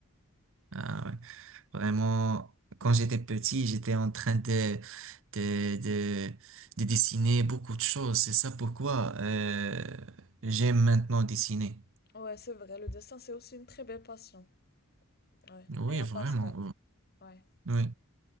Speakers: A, on the right (about 65°); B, on the left (about 45°).
A: Ah ouais. Vraiment, quand j'étais petit, j'étais en train de, de, de, de dessiner beaucoup de choses. C'est ça pourquoi euh, j'aime maintenant dessiner.
B: Ouais, c'est vrai. Le dessin, c'est aussi une très belle passion. Ouais.
A: Oui,
B: Et un
A: vraiment.
B: passe-temps. Ouais.
A: Oui.